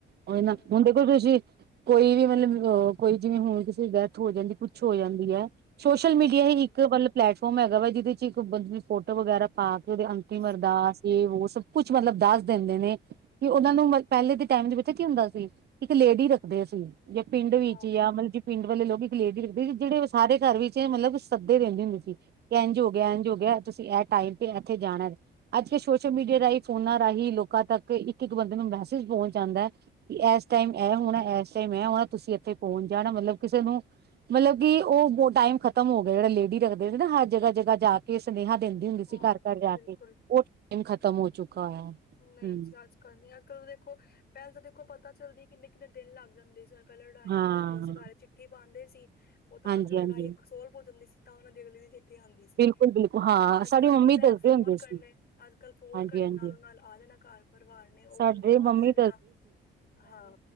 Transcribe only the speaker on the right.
ਉਹ
ਹੁਣ ਤੁਸੀਂ ਕੋਈ ਵੀ ਮਤਲਬ ਕੋਈ ਜਿਵੇਂ ਹੁਣ ਕਿਸੇ ਦੀ ਡੈਥ ਹੋ ਜਾਂਦੀ ਕੁੱਛ ਹੋ ਜਾਂਦੀ ਹੈ। ਸੋਸ਼ਲ ਮੀਡੀਆ ਹੀ
ਇੱਕ ਮਤਲਬ ਪਲੈਟਫਾਰਮ ਹੈਗਾ ਵਾ ਜਿਹਦੇ ਚ ਇੱਕ ਬੰਦੇ ਫੋਟੋ ਵਗੈਰਾ ਪਾ ਕੇ ਉਹਦੇੰ
ਮਰਦਾਸ ਇਹ ਵੋ ਸਭ ਕੁਛ ਮਤਲਬ ਦੱਸ ਦਿੰਦੇ ਨੇ। ਕਿ ਉਹਨਾ ਨੂੰ ਪਹਿਲੇ ਦੇ ਟਾਈਮ ਦੇ ਵਿੱਚ ਕੀ ਹੁੰਦਾ ਸੀ ਇੱਕ ਲੇਡੀ ਰੱਖਦੇ ਅਸੀਂ। ਜੇ ਪਿੰਡ ਵਿੱਚ
ਜਾਂ ਮਤਲਬ ਪਿੰਡ ਵਾਲੇ ਲੋਕ ਗਲੇਜ ਰੱਖਦੇ ਸੀ ਜਿਹੜੇ ਸਾਰੇ ਘਰ ਵਿੱਚ ਮਤਲਬ ਸੱਦੇ ਰਹਿੰਦੇ ਹੁੰਦੇ ਸੀ। ਇੰਝ ਹੋ ਗਿਆ ਇੰਝ ਹੋ ਗਿਆ ਤੁਸੀਂ ਇਹ ਟਾਈਮ ਤੇ ਇੱਥੇ ਜਾਣਾ। ਅੱਜ ਕਲ ਸੋਸ਼ਲ ਮੀਡੀਆ ਰਾਹੀਂ ਫੋਨਾਂ ਰਾਹੀਂ ਲੋਕਾਂ ਤੱਕ ਇੱਕ ਇੱਕ ਬੰਦੇ ਨੂੰ ਮੈਸੇਜ ਪਹੁੰਚ ਜਾਂਉਦਾ। ਕਿ ਇਸ ਟਾਈਮ ਐ ਹੋਣਾ ਇਸ ਟਾਈਮ ਐਂ ਹੋਣਾ ਤੁਸੀਂ ਇੱਥੇ ਪਹੁੰਚ ਜਾਣਾ ਮਤਲਬ ਕਿਸੇ ਨੂੰ ਮਤਲਬ ਕਿ ਉਹ ਟਾਈਮ ਖਤਮ ਹੋ ਗਿਆ ਜਿਹੜਾ ਲੇਡੀ ਰੱਖਦੇ ਨਾ ਹਰ ਜਗ੍ਹਾ ਜਗ੍ਹਾ ਜਾ ਕੇ ਕੇ ਸੁਨੇਹਾ ਦਿੰਦੀ ਹੁੰਦੀ
ਸੀ ਘਰ ਘਰ ਜਾ
ਕੇ ਉਹ ਟਾਈਮ ਖਤਮ ਹੋ ਚੁੱਕਾ ਹੋਇਆ।
ਹਮ
ਹਾਂ
ਹਾਂਜੀ
ਹਾਂਜੀ
ਬਿਲਕੁਲ ਬਿਲਕੁਲ ਹਾਂ
ਸਾਡੀ
ਮੰਮੀ
ਦੱਸਦੇ
ਹੁੰਦੇ ਸੀ
ਹਾਂਜੀ
ਹਾਂਜੀ
ਸਾਡੇ
ਮੰਮੀ